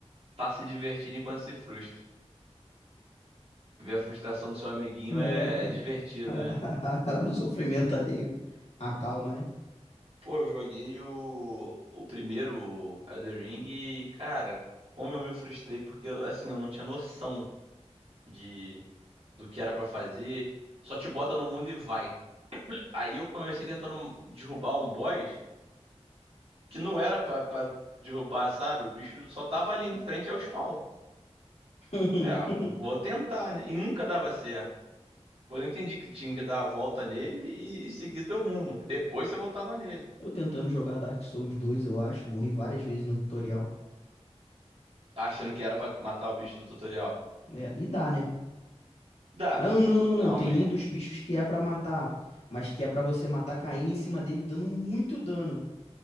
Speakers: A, on the right; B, on the left.
A: tá se divertindo enquanto se frustra. Ver a frustração do seu amiguinho
B: é.
A: é, é divertido,
B: <laughs>
A: né?
B: O sofrimento alheio. A calma, né?
A: Pô, eu joguei o, o primeiro Elden Ring e, cara, como eu me frustrei, porque, assim, eu não tinha noção de do que era pra fazer. Só te bota no mundo e vai. Aí eu comecei tentando derrubar um boss que não era pra, pra derrubar, sabe? O bicho só tava ali em frente ao spawn.
B: <laughs>
A: Falei, ah, vou tentar, né? E nunca dava certo. Pois eu entendi que tinha que dar a volta nele e, e seguir teu rumo. Depois você voltava nele.
B: Eu tentando jogar Dark Souls 2, eu acho. Morri várias vezes no tutorial.
A: Achando que era pra matar o bicho do tutorial.
B: É, e dá, né?
A: Dá.
B: Não, não, não, não.
A: Não,
B: Tem
A: man.
B: um dos bichos que é pra matar, mas que é pra você matar caindo em cima dele, dando muito dano